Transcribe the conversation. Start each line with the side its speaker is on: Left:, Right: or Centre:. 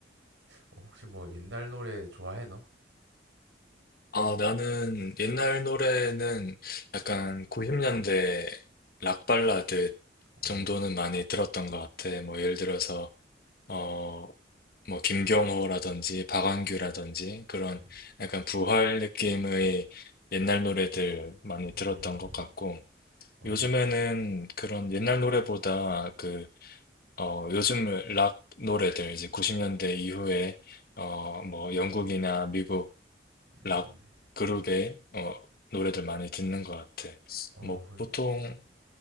Right: 어, 혹시 뭐 옛날 노래 좋아해 너?
Left: 아, 나는 옛날 노래는 약간 90년대 락 발라드
Right: 어,
Left: 정도는 많이 들었던 것 같아. 뭐 예를 들어서 어, 뭐 김경호라든지 박완규라든지 그런
Right: 음,
Left: 약간 부활 느낌의 옛날 노래들 많이 들었던
Right: 음,
Left: 것 같고
Right: 어,
Left: 요즘에는 그런 옛날 노래보다 그 어, 요즘 락 노래들 이제 90년대 이후에 어, 뭐 영국이나 미국
Right: 음,
Left: 락 그룹의 어, 노래들 많이 듣는 것 같아.
Right: 어,
Left: 뭐
Right: 그,
Left: 보통